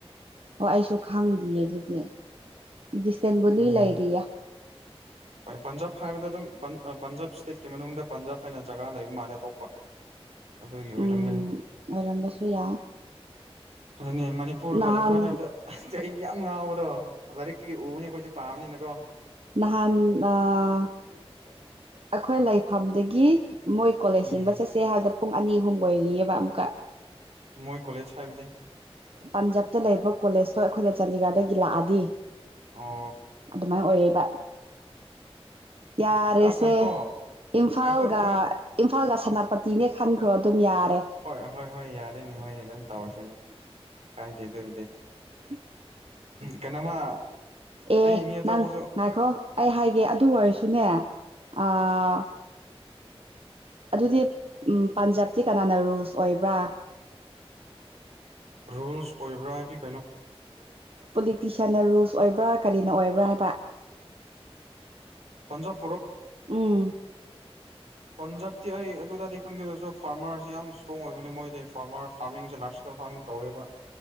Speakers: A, on the right; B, on the right.
A: ꯍꯣꯏ ꯑꯩꯁꯨ ꯈꯪꯗꯦꯌꯦ ꯑꯗꯨꯗꯤ ꯗꯤꯁꯇꯦꯟꯕꯨꯂꯤ
B: ꯎꯝ
A: ꯂꯩꯔꯤꯌꯦ
B: ꯍꯣꯏ ꯄꯟꯖꯥꯕ ꯍꯥꯏꯕꯗ ꯑꯗꯨꯝ ꯄꯟꯖꯥꯕ ꯏꯁꯇꯦꯠꯀꯤ ꯃꯅꯨꯡꯗ ꯄꯟꯖꯥꯕ ꯍꯥꯏꯅ ꯖꯒꯥ ꯂꯩꯕ ꯃꯥꯜꯂꯦ ꯑꯇꯣꯞꯄ ꯑꯗꯨꯒꯤ ꯑꯣꯏꯔꯝꯒꯅꯤ
A: ꯎꯝ ꯑꯣꯏꯔꯝꯕꯁꯨ ꯌꯥꯏ
B: ꯑꯗꯨꯅꯦ ꯃꯅꯤꯄꯨꯔꯒ
A: ꯅꯍꯥꯟ
B: ꯏꯝꯐꯥꯜ ꯍꯥꯏꯕꯗ ꯌꯥꯝ ꯉꯥꯎꯕꯗꯣ ꯂꯥꯏꯔꯤꯛꯇꯒꯤ ꯎꯕꯅꯤ ꯑꯩꯈꯣꯏꯗꯤ ꯄꯥꯕꯅꯤꯅꯀꯣ
A: ꯅꯍꯥꯟ ꯑꯩꯈꯣꯏ ꯂꯩꯐꯝꯗꯒꯤ ꯃꯣꯏ ꯀꯣꯂꯦꯖ
B: ꯎꯝ
A: ꯍꯤꯡꯕ ꯆꯠꯁꯦ ꯍꯥꯏꯕꯗ ꯄꯨꯡ ꯑꯅꯤ ꯑꯍꯨꯝ ꯑꯣꯏꯔꯤꯑꯕ ꯑꯃꯨꯛꯀ
B: ꯃꯣꯏ ꯀꯣꯂꯦꯖ ꯍꯥꯏꯕꯗꯤ
A: ꯄꯟꯖꯥꯕꯇ ꯂꯩꯕ ꯀꯣꯂꯦꯖꯇꯣ ꯑꯩꯈꯣꯏꯅ ꯆꯥꯟꯗꯤꯒꯔꯗꯒꯤ ꯂꯥꯛꯑꯗꯤ
B: ꯑꯣ
A: ꯑꯗꯨꯃꯥꯏꯅ ꯑꯣꯏꯔꯕ ꯌꯥꯔꯦꯁꯦ
B: ꯑꯣꯀꯦ ꯑ ꯉꯥꯏꯈꯣ
A: ꯏꯝꯐꯥꯜꯒ
B: ꯉꯥꯏꯈꯣ ꯅꯪ
A: ꯏꯝꯐꯥꯜꯒ ꯁꯅꯥꯄꯇꯤꯅꯦ ꯈꯟꯈ꯭ꯔꯣ ꯑꯗꯨꯝ ꯌꯥꯔꯦ
B: ꯍꯣꯏ ꯍꯣꯏ ꯍꯣꯏ ꯌꯥꯔꯦꯅꯦ ꯍꯣꯏꯅꯦ ꯑꯗꯨꯝ ꯇꯧꯔꯁꯤꯅꯦ ꯍꯥꯏꯥꯏꯦ ꯑꯗꯨꯗꯦ
A: ꯁꯤ
B: ꯀꯩꯅꯣꯃ
A: ꯑꯦ
B: ꯑꯩ ꯃꯤ ꯑꯇꯣꯞꯄꯁꯨ
A: ꯅꯪ ꯉꯥꯏꯈꯣ ꯑꯩ ꯍꯥꯏꯒꯦ ꯑꯗꯨ ꯑꯣꯏꯔꯁꯨꯅꯦ ꯑꯥ ꯑꯗꯨꯗꯤ ꯄꯟꯖꯥꯕꯇꯤ ꯀꯅꯥꯅ ꯔꯨꯜꯁ ꯑꯣꯏꯕ꯭ꯔꯥ
B: ꯔꯨꯜꯁ ꯑꯣꯏꯕ꯭ꯔꯥ ꯍꯥꯏꯗꯤ
A: ꯄꯣꯂꯤꯇꯤꯁꯤꯌꯥꯟꯅ ꯔꯨꯜꯁ ꯑꯣꯏꯕ꯭ꯔꯥ ꯀꯔꯤꯅ ꯑꯣꯏꯕ꯭ꯔꯥ ꯍꯥꯏꯕ
B: ꯄꯟꯖꯥ
A: ꯎꯝ
B: ꯄꯟꯖꯥꯕꯇꯤ ꯑꯩ ꯑꯗꯨꯗꯗꯤ ꯈꯪꯗꯁꯨ ꯐꯥꯔꯃꯔꯁꯤꯦ ꯌꯥꯝ ꯏꯁꯇ꯭ꯔꯣꯡ ꯑꯣꯏꯕꯅꯤ ꯃꯣꯏꯗꯤ ꯐꯥꯔꯃꯔ ꯐꯥꯔꯃꯤꯡ ꯆꯂꯁꯤ ꯐꯥꯔꯃꯤ ꯇꯧꯋꯦꯕ